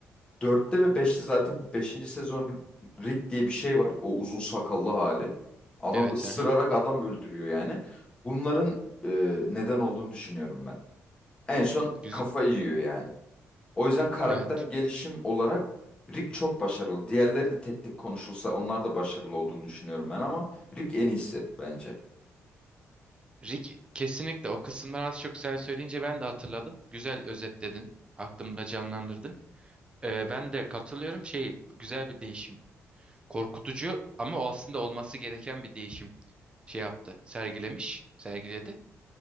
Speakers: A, on the left (about 20°); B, on the right (about 20°).
A: 4'te ve 5'te zaten beşinci sezon Rick diye bir şey var. O uzun sakallı hali. Adam
B: Evet.
A: ısırarak
B: Hı hı.
A: adam öldürüyor yani. Bunların e, neden olduğunu düşünüyorum ben. En son
B: Güzel.
A: kafa yiyor yani. O yüzden karakter
B: Evet.
A: gelişim olarak Rick çok başarılı. Diğerleri de tek tek konuşulsa onlar da başarılı olduğunu düşünüyorum ben ama Rick en iyisi bence.
B: Rick kesinlikle o kısımları az çok sen söyleyince ben de hatırladım. Güzel özetledin. Aklımda canlandırdın. Ee, ben de katılıyorum. Şey güzel bir değişim. Korkutucu ama o aslında olması gereken bir değişim şey yaptı. Sergilemiş. Sergiledi.